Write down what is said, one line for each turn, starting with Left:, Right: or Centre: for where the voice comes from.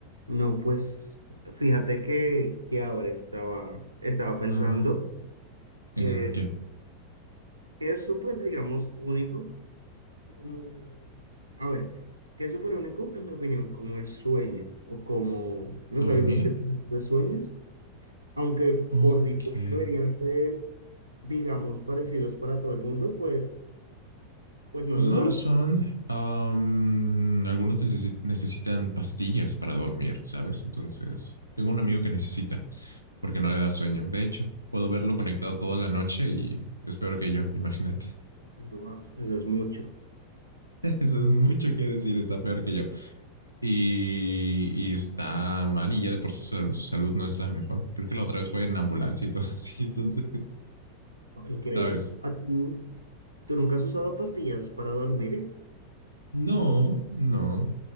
Right: No, pues fíjate que, que ahora estaba, estaba pensando
Left: Ah, ¿en
Right: que es,
Left: qué?
Right: que es súper, digamos, único, como, a ver, que es súper único, en mi opinión, como el sueño o como los
Left: ¿Dormir?
Right: hábitos que tenemos de sueños, aunque
Left: Ok.
Right: por default deberían ser, digamos, parecidos para todo el mundo, pues, pues no
Left: Pues
Right: lo
Left: no
Right: son.
Left: lo son. Am, algunos necesi- necesitan pastillas para dormir, ¿sabes? Entonces, tengo un amigo que necesita porque no le da sueño. De hecho, puedo verlo conectado toda la noche y es peor que yo, imagínate.
Right: Wow, eso es mucho,
Left: <laughs> Eso es mucho que decir, está peor que yo. Y, y está mal y ya de por sí su, su salud no es la mejor. Creo que la otra vez fue en ambulancia y todo <laughs> así. Entonces,
Right: increíble.
Left: ¿sabes?
Right: ¿A ti, tú nunca has usado pastillas para dormir?
Left: No, no.